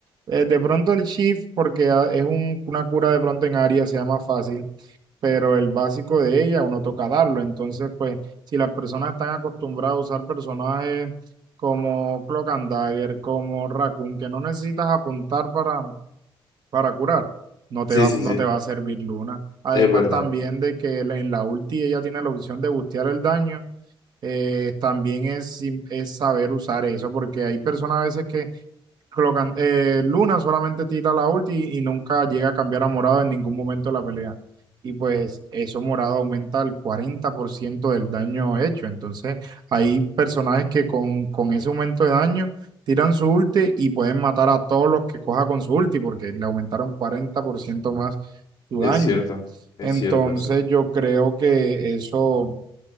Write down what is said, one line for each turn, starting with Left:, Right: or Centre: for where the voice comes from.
Right: Eh, de pronto el Shift, porque ah, es un- una cura de pronto en área, sea más fácil, pero el básico de ella uno toca darlo. Entonces, pues, si las personas están acostumbradas a usar personajes como Cloak and Dagger, como Raccoon, que no necesitas apuntar para, para curar, no te
Left: Sí,
Right: va,
Left: sí,
Right: no
Left: sí,
Right: te va a servir Luna. Además,
Left: es verdad,
Right: también de que la- en la ulti ella tiene la opción de bustear el daño, eh, también es, sim- es saber usar eso, porque hay personas a veces que Clocan- eh, Luna solamente tira la ulti y nunca llega a cambiar a morado en ningún momento de la pelea. Y pues eso morado aumenta el 40% del daño hecho. Entonces hay personajes que con, con ese aumento de daño tiran su ulti y pueden matar a todos los que coja con su ulti porque le aumentaron 40% más su
Left: es
Right: daño.
Left: cierto, es
Right: Entonces
Left: cierto eso.
Right: yo creo que eso